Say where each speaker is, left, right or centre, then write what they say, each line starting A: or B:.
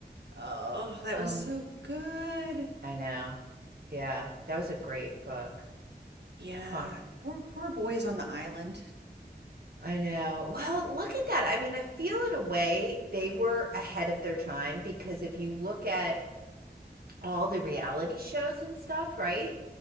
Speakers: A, on the right; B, on the right.
A: Oh, that
B: Um,
A: was so good.
B: I know. Yeah, that was a great book.
A: Yeah,
B: Huh.
A: poor poor boys on the island.
B: I know. Well, look at that. I mean, I feel in a way they were ahead of their time because if you look at all the reality shows and stuff, right?